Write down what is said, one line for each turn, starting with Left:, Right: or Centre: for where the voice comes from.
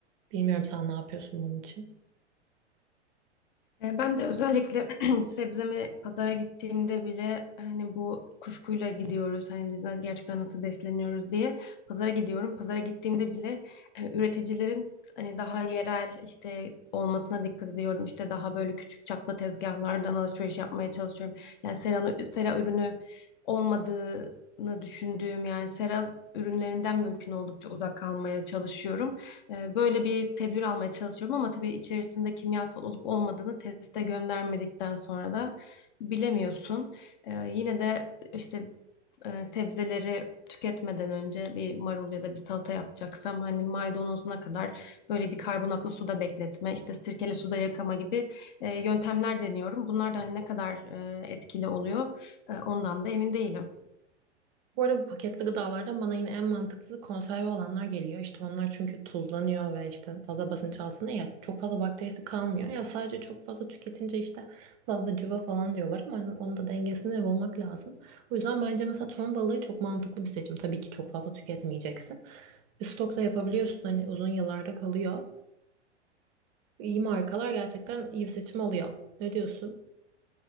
Right: bilmiyorum sen ne yapıyorsun bunun için.
Left: E, Ben de özellikle <clears throat> sebzemi pazara gittiğimde bile hani bu kuşkuyla gidiyoruz hani biz na- gerçekten nasıl besleniyoruz diye pazara gidiyorum. Pazara gittiğimde bile e, üreticilerin hani daha yerel işte olmasına dikkat ediyorum. İşte daha böyle küçük çaplı tezgahlardan alışveriş yapmaya çalışıyorum. Yani sera, sera ürünü olmadığını düşündüğüm yani sera ürünlerinden mümkün oldukça uzak kalmaya çalışıyorum. E, Böyle bir tedbir almaya çalışıyorum ama tabii içerisinde kimyasal olup olmadığını teste göndermedikten sonra da bilemiyorsun. E, Yine de işte e, sebzeleri tüketmeden önce bir marul ya da bir salata yapacaksam hani maydanozuna kadar böyle bir karbonatlı suda bekletme, işte sirkeli suda yakama gibi e, yöntemler deniyorum. Bunlar da hani ne kadar e, etkili oluyor e, ondan da emin değilim.
Right: Bu arada bu paketli gıdalardan bana yine en mantıklı konserve olanlar geliyor. İşte onlar çünkü tuzlanıyor ve işte fazla basınç altında ya çok fazla bakterisi kalmıyor. Ya sadece çok fazla tüketince işte fazla cıva falan diyorlar ama onun onun da dengesini bulmak lazım. O yüzden bence mesela ton balığı çok mantıklı bir seçim. Tabii ki çok fazla tüketmeyeceksin. E, Stok da yapabiliyorsun hani uzun yıllarda kalıyor. İyi markalar gerçekten iyi bir seçim oluyor. Ne diyorsun?